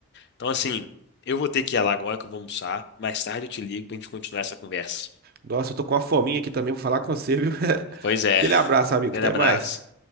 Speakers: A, on the left (about 50°); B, on the right (about 45°).
A: Então, assim, eu vou ter que ir lá agora que eu vou almoçar. Mais tarde eu te ligo para a gente continuar essa conversa.
B: Nossa, eu tô com uma fominha aqui também, vou falar com você, viu? <laughs>
A: Pois é,
B: Aquele abraço, amigo.
A: grande
B: Até
A: abraço.
B: mais.